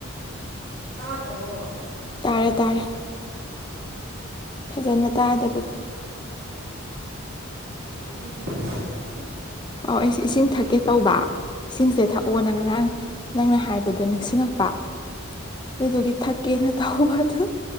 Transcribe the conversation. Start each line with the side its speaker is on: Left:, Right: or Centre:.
Right: ꯇꯥꯗꯕ꯭ꯔꯣ ꯑꯃꯨꯛ
Left: ꯇꯥꯔꯦ ꯇꯥꯔꯦ ꯐꯖꯅ ꯇꯥꯗꯕꯒꯤ
Right: ꯅꯪ ꯏꯁꯤꯡ ꯊꯛꯀꯦ ꯇꯧꯔꯤꯔꫭ <unintelligible>
Left: ꯑꯣ ꯑꯩꯁꯦ ꯏꯁꯤꯡ ꯊꯛꯀꯦ ꯇꯧꯕ ꯏꯁꯤꯡꯁꯦ ꯊꯛꯑꯣꯅ ꯉꯔꯥꯡ ꯅꯪꯅ ꯍꯥꯏꯕꯗꯣ ꯅꯤꯡꯁꯤꯡꯉꯛꯄ ꯑꯗꯨꯗꯨꯒꯤ ꯊꯛꯀꯦꯅ ꯇꯧꯕ ꯑꯗꯨ